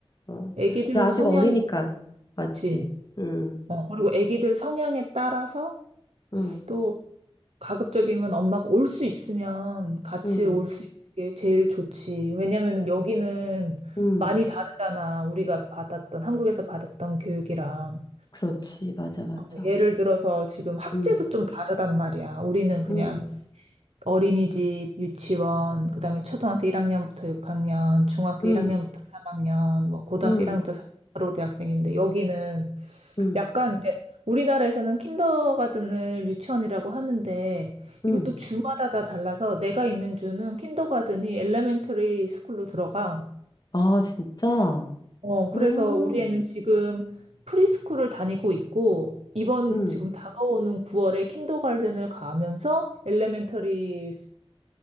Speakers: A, on the left; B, on the right.
A: 어.
B: 아기들
A: 근데 아직
B: 성향이
A: 어리니까 맞지?
B: 있지.
A: 음,
B: 어, 그리고 아기들 성향에 따라서
A: 음.
B: 또 가급적이면 엄마가 올 수 있으면 같이
A: 음.
B: 올 수 있는 게 제일 좋지. 왜냐면은 여기는
A: 음,
B: 많이 다르잖아. 우리가 받았던, 한국에서 받았던 교육이랑.
A: 그렇지. 맞아, 맞아.
B: 어, 예를 들어서 지금 학제도
A: 음,
B: 좀 다르단 말이야. 우리는 그냥
A: 음,
B: 어린이집, 유치원, 그다음에 초등학교 1학년부터 6학년, 중학교
A: 음,
B: 1학년부터 3학년, 뭐 고등학교
A: 음,
B: 1학년부터 바로 대학생인데 여기는
A: 음,
B: 약간 이제 우리나라에서는 킨더가든을 유치원이라고 하는데
A: 음.
B: 이것도 주마다 다 달라서 내가 있는 주는 킨더가든이 엘레멘터리 스쿨로 들어가.
A: 아, 진짜?
B: 어, 그래서
A: 음,
B: 우리 애는 지금 프리스쿨을 다니고 있고 이번
A: 음,
B: 지금 다가오는 9월에 킨더가든을 가면서 엘레멘터리로